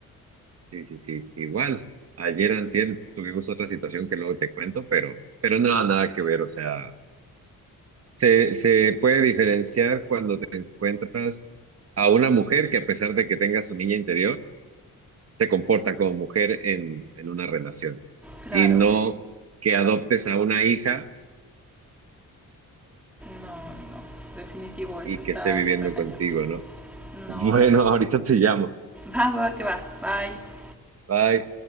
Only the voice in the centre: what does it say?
Claro,
no, no, definitivo, eso
está
súper cañón.
No,
no, no.
Va, va, que va. Bye.